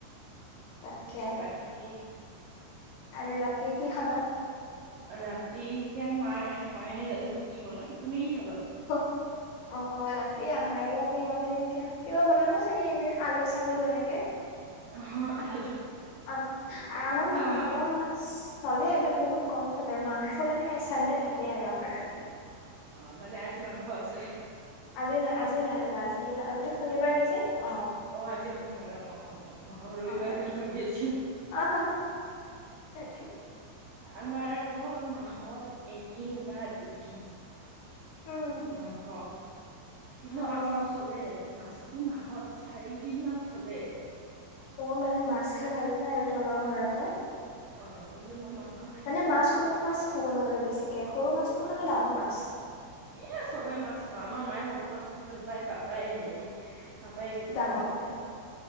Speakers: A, on the left; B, on the right.
A: তাকে
B: এ বাকী
A: আৰু ৰাতিয়ে কি খাবা
B: ৰাতি এতিয়া মায়ে মায়েহে জানিব কি বনাই তুমি কি খাবা
A: ক অ অ ৰাতি আমাৰ বা কি বনায় এতিয়া কিবা বনাব চাগে এনে আলু চালু এনেকে।
B: অ আলু
A: আ -আমাৰ মাংস
B: আমাৰ
A: মাছ চলে বাট বহুত কম চলে আৰু মাংস মানে চানডে থাকেই আৰু আমাৰ।
B: অ মানে আজি মাংস আছে।
A: আজি নাই আজি নাই ৰ'বা আজি আজিতো শনিবাৰ নেকি অঁ।
B: অ আজি শনিবাৰ অ অ অ মই আকৌ ৰবিবাৰ
A: তাকে
B: বুলি ভাবি আছিলো।
A: অ তাকে
B: আমাৰ আকৌ মাহত এদিন বা দুদিন
A: উম
B: মাংস কিন্তু
A: অ
B: মাছ
A: অ
B: টো চলে মাছটো মাহত চাৰি দিন মান চলে।
A: অ মানে মাছ খাই ভাল পায় আৰু তোমালোকৰ ঘৰতে।
B: অ হিন্দু মই মাংস খাই
A: মানে
B: ভাল পাওঁ
A: মাছ কোনটো মাছ খোৱা বেছিকে সৰু মাছটো খানে ডাঙৰ মাছ।
B: এ চবে মাছ খাওঁ আমাৰ মায়ে সৰু মাছটো ভাল পায় পাপাই হেৰি পাপাই কোনটো
A: ডাঙৰ
B: বা ভাল পায়